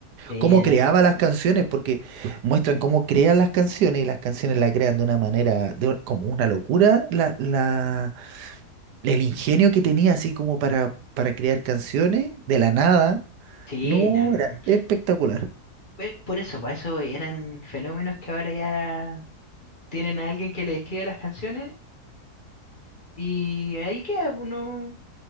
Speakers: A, on the left (about 35°); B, on the right (about 85°).
A: sí,
B: cómo
A: no,
B: creaba las canciones, porque muestran cómo crean las canciones y las canciones las crean de una manera, de un- como una locura, la, la, el ingenio que tenía así como para, para crear canciones de la nada,
A: sí,
B: no,
A: no. no.
B: era espectacular.
A: Pues Por eso, por eso voy, eran fenómenos que ahora ya tienen a alguien que le escribe las canciones y ahí queda, pues, no,